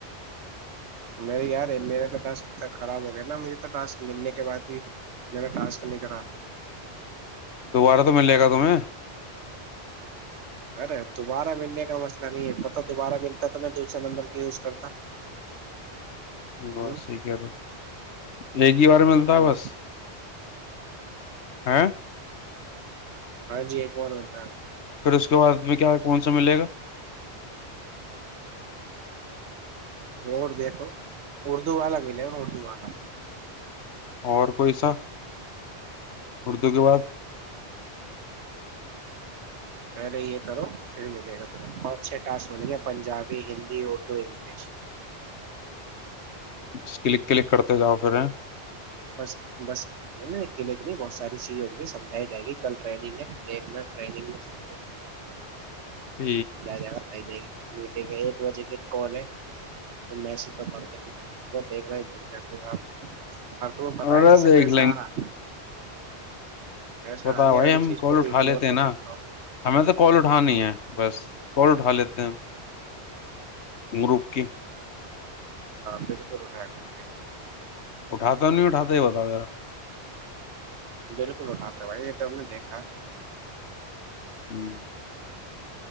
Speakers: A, on the right; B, on the left.
A: میرے یار ہے میرے تو ٹک خراب ہو گیا نا مجھے تو ٹاک ملنے کے بعد بھی میر ٹاسک نہیں کرا
B: دوبارہ تو مل جائے گا تمہیں
A: ارے دوبارہ ملنے کا مسئلہ نہیں ہے پتا دوبارہ ملتا تو میں دوسرے نمبر کی یوز کرتا
B: یہ بات
A: ہ
B: صحی کہ رہے ایک ہی بار ملتا
A: ہ
B: ہے بس ہ
A: ہاں جی اتمار میںتا ہے
B: پھر اس کے بعد میں کیا کون سا ملے گا
A: ہ اور دیکھو اردو والا بھیلے گا اردو والا
B: اور کوئی سا اردو کے بعد
A: پہلے یہ کرو پھر ملے گا تمہیں پانچ چھ ٹاسک ملیں گے پنجابی ہندی اردو انگلش
B: ب کلک کلک کرتے جاؤ پھر
A: بس بس انے کے لی بہت ساری چیزیں ہوں گی سمجھائی جائے گی کل ٹریگ ہے دیکھنانگ میں سب کو
B: ٹھ
A: سمجھا جائے گا گی میٹگ ایک بجے کی کال ہے تو میس تو پڑ د گ وہ دیکھ رہے بول جاتے ہیں آپ ہر تو وہ پت
B: ارے
A: ہے اس سے
B: دیکھ
A: پیسہ آ رہا ہے پیسہ
B: بتا
A: آنے
B: بھائی
A: والی
B: ہم
A: چیز
B: کال
A: کو بھی
B: اٹھا
A: اگنور
B: لیتے ہیں
A: کرنا
B: نا
A: ہوتا
B: ہمیں تو کال اٹھانی
A: ہوں
B: ہے بس کوٹ حال <unintelligible> ہم <inaudible> مرکی <inaudible>
A: بالکل اٹھایا کرو بھائی
B: اٹھاتے اور نہیں اٹھاتے یہ بتا میرا
A: بالکل اٹاتے بھائی یہ تو ہم نے دیکھا ہے
B: ہوں <inaudible>